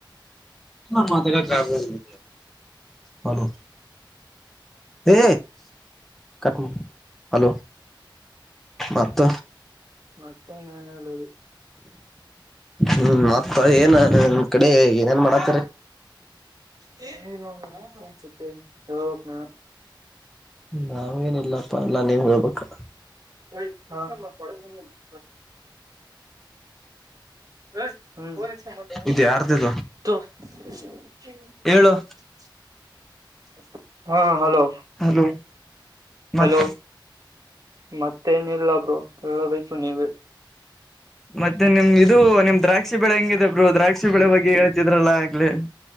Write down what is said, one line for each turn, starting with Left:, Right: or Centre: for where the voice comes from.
Centre: ಹಾ ಮಾತಾಡಾಕ ಯಾರ್ ಇಲ್ರಿ ಹಲೋ. ಎ ಕಟ್ ಮಾಡು ಹಲೋ ಮತ್ತ.
Right: ಮತ್ತೇನ್ ಏನಿಲ್ಲ ಇಲ್ಲಿ.
Centre: ಹ್ಮ್ ಮತ್ತ ಏನ್ ನಿನ್ ಕಡೆ ಏನೇನ್ ಮಾಡಾತ್ತರಿ.
Right: <unintelligible> ಹೇಳ್ಬೇಕ್ ನೀವ
Centre: ನಾವ ಏನಿಲ್ಲಪ್ಪ ಎಲ್ಲಾ ನೀವ ಹೇಳ್ಬೇಕು.
Right: ಹಾ <unintelligible> ಹ್ಮ <unintelligible>
Centre: ಇದು ಯಾರ್ದಿದು ಹೇಳು
Right: ಹಾ ಹಲೋ.
Centre: ಹಲೋ.
Right: ಹಲೋ
Centre: ಮತ್ತೆ
Right: ಮತ್ತೇನಿಲ್ಲಗು ಹೇಳಬೇಕು ನೀವೇ,
Centre: ಮತ್ತೆ ನಿಮ್ ಇದು ನಿಮ್ ದ್ರಾಕ್ಷಿ ಬೆಳೆ ಹೆಂಗಿದೆ ಬ್ರೋ ದ್ರಾಕ್ಷಿ ಬೆಳೆ ಬಗ್ಗೆ ಹೇಳ್ತಿದ್ರಲ್ಲಾ ಆಗ್ಲೇ.